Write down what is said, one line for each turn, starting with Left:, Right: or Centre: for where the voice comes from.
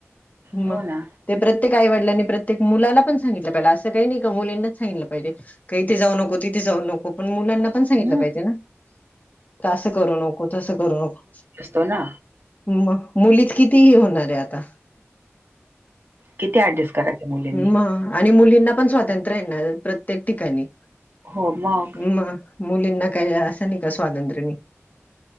Left: म
Right: हो ना
Left: ते प्रत्य- प्रत्येक आई वडिलांनी प्रत्येक मुलाला पण सांगितलं पाहिजे, अस काही नाही का मुलींनाच सांगितलं पाहिले. का इथे जाऊ नको, तिथे जाऊ नको. पण मुलांना पण सांगितलं
Right: हम्म
Left: पाहिजे नां, का असं करू नको, तसं करू नको.
Right: तो ना
Left: मग! मुलीच किती हे होणार आहे आता.
Right: किती ॲडजस्ट करायच मुलींनी!
Left: मग आणि मुलींना पण स्वातंत्र्य आहे ना प्रत्येक ठिकाणी.
Right: हो म!
Left: मग मुलींना काही असं नाही का स्वातंत्र्य नाही.